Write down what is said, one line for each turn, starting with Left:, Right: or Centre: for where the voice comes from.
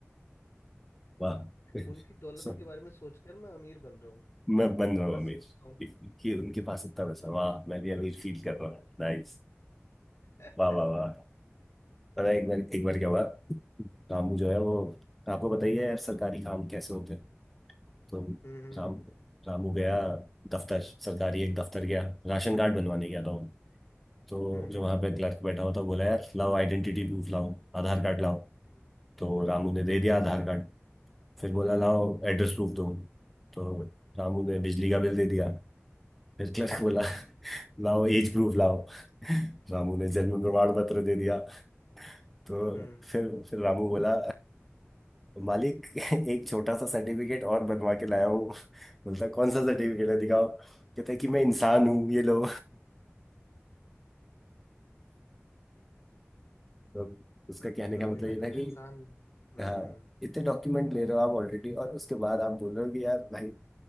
Centre: वाह <laughs>
Left: उनकी दौलत
Centre: सो
Left: के बारे में सोचकर मैं अमीर बन रहा हूँ
Centre: मैं बन रहा हूँ
Left: बस
Centre: अमीर
Left: सोचता हूँ
Centre: कि कि उनके पास इतना पैसा वाह मैं भी अमीर फील कर
Left: Yes.
Centre: रहा हूँ नाइस
Left: <laughs>
Centre: वाह वाह वाह पता है एक बार एक बार क्या हुआ रामू जो है वो आपको बताइए यार सरकारी काम कैसे होते हैं तो
Left: हम्म हम्म
Centre: राम रामू गया दफ्तर सरकारी एक दफ्तर गया राशन कार्ड बनवाने गया था वो तो
Left: हम्म
Centre: जो
Left: हम्म
Centre: वहां पे क्लर्क बैठा हुआ था बोला यार लाओ आइडेंटिटी प्रूफ लाओ आधार कार्ड लाओ
Left: हम्म
Centre: तो
Left: हम्म,
Centre: रामू ने दे दिया आधार कार्ड फिर बोला लाओ एड्रेस प्रूफ दो तो रामू ने बिजली का बिल दे दिया फिर क्लर्क बोला <laughs> लाओ एज प्रूफ लाओ रामू ने जन्म प्रमाण पत्र दे दिया तो
Left: हम्म।
Centre: फिर फिर रामू बोला मालिक एक छोटा सा सर्टिफिकेट और बनवा के लाया हूँ बोलता कौन सा सर्टिफिकेट है दिखाओ कहता है कि मैं इंसान हूँ ये लो तो उसका कहने
Left: मतलब
Centre: का
Left: वही
Centre: मतलब
Left: ना
Centre: ये
Left: कि
Centre: था कि
Left: इंसान हम्म
Centre: हाँ इतने डॉक्यूमेंट ले रहे हो आप ऑलरेडी और उसके बाद आप बोल रहे हो कि यार भाई